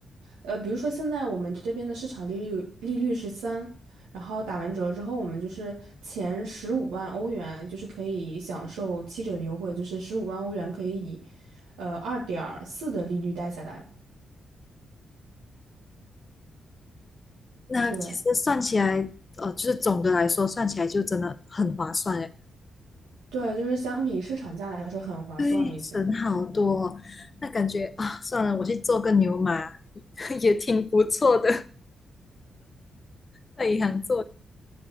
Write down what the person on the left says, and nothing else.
那其实算起来，
呃，就是总的来说算起来就真的很划算诶，
对，省好多哦那感觉啊，算了，我去做个牛马 <laughs> 也挺不错的，在银行做。